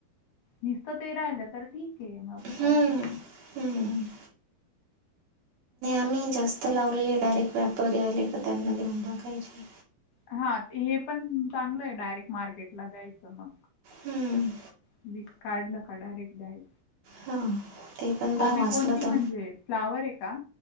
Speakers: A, on the left; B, on the right.
A: नसत ते राहिलं तर ठीक आहे मग
B: हम्म,
A: असं
B: हम्म नाई जास्त लावले डायरेक्ट व्यापारी आले का त्यांना देऊन टाकायचे
A: हा हे पण चांगलं आहे डायरेक्ट मार्केटला द्यायचं मग
B: हम्म
A: पिक काढलं का डायरेक्ट द्याल
B: हां ते पण
A: कोबी
B: भाव असला
A: कोणती म्हणजे
B: तर
A: फ्लावर आहे का?